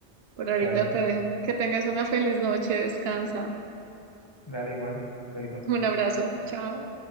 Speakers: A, on the right (about 65°); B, on the left (about 25°).
A: Por ahorita
B: está bien.
A: te dejo que tengas una feliz noche, descansa.
B: Dale igual. chaito.
A: Un abrazo, chao.